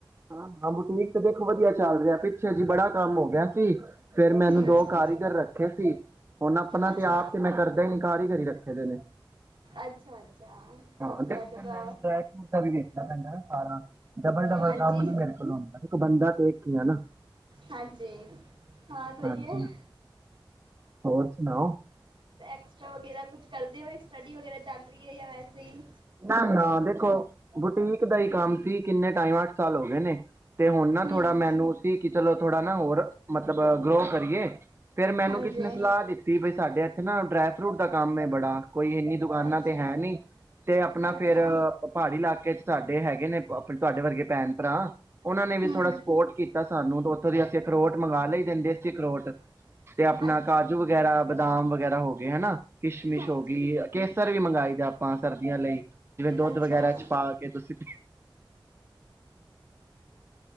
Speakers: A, on the right; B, on the right.
A: ਹਾਂ- ਹਾਂ ਬੁਟੀਕ ਤੇ ਦੇ ਵਧੀਆ ਚੱਲ ਰਿਹਾ ਪਿੱਛੇ ਜੀ ਬੜਾ ਕੰਮ ਹੋ ਗਿਆ ਸੀ, ਫੇਰ ਮੈਨੂੰ
B: ਹਮ
A: ਦੋ ਕਾਰੀਗਰ ਰੱਖੇ ਸੀ ਹੁਣ ਆਪਣਾ
B: ਅੱਛਾ
A: ਤੇ ਆਪ ਤੇ ਮੈਂ ਕਰਦਾ ਹੀ ਨੀ ਕਾਰੀਗਰ ਹੀ ਰੱਖੇ ਦੇ ਨੇ।
B: ਅੱਛਾ ਅੱਛਾ
A: ਹਾਂ,
B: ਵਧੀਆ
A: ਦੇਖੋ
B: ਚਲੋ
A: ਫੇਰ ਮੈਨੂੰ ਟਰੈਕ ਸੂਟ ਦਾ ਵੀ ਦੇਖਣਾ ਪੈਂਦੈ ਨਾ ਸਾਰਾ ਡਬਲ- ਡਬਲ।
B: ਹਾਂਜੀ
A: ਕੰਮ ਨੀ ਮੇਰੇ ਕੋਲ ਹੁੰਦਾ ਇੱਕ ਬੰਦਾ ਤੇ ਇੱਕ ਹੀ ਆ ਨਾ
B: ਹਾਂਜੀ ਹਾਂ, ਸਹੀ
A: ਹਾਂਜੀ
B: ਐ। <inaudible>
A: ਹਾਂ ਹੋਰ ਸੁਣਾਓ
B: ਐਸਟਰਾ ਵਗੈਰਾ ਕੁਛ ਕਰਦੇ ਹੋ, ਸਟੱਡੀ ਵਗੈਰਾ ਚੱਲ ਰਹੀ ਏ ਯਾ ਵੈਸੇ ਈ
A: ਨਾ ਨਾ ਦੇਖੋ ਬੁਟੀਕ ਦਾ ਹੀ ਕੰਮ ਵੀ ਕਿੰਨਾ ਤਾਈ ਮਾਂ ਅੱਠ ਸਾਲ ਹੋ ਗਏ ਨੇ, ਤੇ ਹੁਣ ਨਾ
B: ਹਮ
A: ਥੋੜਾ ਮੈਨੂੰ ਸੀ ਕਿ ਚਲੋ ਥੋੜਾ ਨਾ ਹੋਰ ਮਤਲਬ ਗਰੋ ਕਰੀਏ, ਫੇਰ ਮੈਨੂੰ
B: ਹਾਂਜੀ
A: ਕਿਸੇ ਨੇ ਸਲਾਹ ਦਿੱਤੀ, ਬਈ ਸਾਡੇ ਇੱਥੇ ਨਾ ਡਰਾਈ ਫਰੂਟ ਦਾ ਕੰਮ ਹੈ ਬੜਾ। ਕੋਈ ਇੰਨੀ ਦੁਕਾਨਾਂ
B: ਅੱਛਾ
A: ਤੇ ਹੈ ਨਹੀਂ। ਤੇ ਆਪਣਾ
B: ਅੱਛਾ
A: ਫੇਰ, ਪਹਾੜੀ ਇਲਾਕੇ ਚ ਸਾਡੇ ਹੈਗੇ ਨੇ ਤੁਹਾਡੇ ਵਰਗੇ ਭੈਣ ਭਰਾ ਉਹਨਾਂ ਨੇ ਵੀ
B: ਹਮ
A: ਥੋੜ੍ਹਾ ਸਪੋਰਟ ਕੀਤਾ ਸਾਨੂੰ, ਤੇ ਉੱਥੋਂ ਦੀ ਅਸੀਂ ਅਖਰੋਟ ਮੰਗਵਾ ਲਈ ਦੇ, ਦੇਸੀ ਅਖਰੋਟ ਤੇ ਆਪਣਾ
B: ਅੱਛਾ
A: ਕਾਜੂ ਵਗੈਰਾ ਬਦਾਮ ਵਗੈਰਾ ਹੋ ਗਏ ਹਨਾ ਕਿਸ਼ਮਿਸ਼
B: ਹਾਂਜੀ
A: ਹੋ ਗਈ, ਕੇਸਰ ਵੀ ਮੰਗਵਾਏ ਜਾਂ ਆਪਾਂ ਸਰਦੀਆਂ ਲਈ ਜਿਵੇਂ ਦੁੱਧ
B: ਅੱਛਾ
A: ਵਗੈਰਾ ਚ ਪਾ ਕੇ ਤੁਸੀਂ